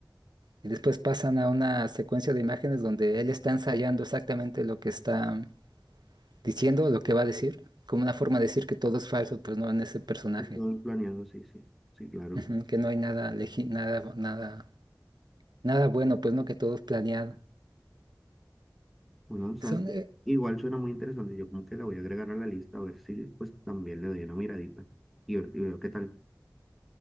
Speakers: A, on the right; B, in the centre.
A: y después pasan a una secuencia de imágenes donde él está ensayando exactamente lo que está diciendo, lo que va a decir, como una forma de decir que todo es falso, pues no en ese personaje.
B: Que todo es planeado, sí, sí, sí, claro.
A: Ujú, que no hay nada, legi- nada, nada, nada bueno, pues no, que todo es planeado.
B: Bueno, sabes
A: Son,
B: que
A: eh,
B: igual suena muy interesante. Yo como que la voy a agregar a la lista a ver si pues también le doy una miradita y, ver- y veo qué tal.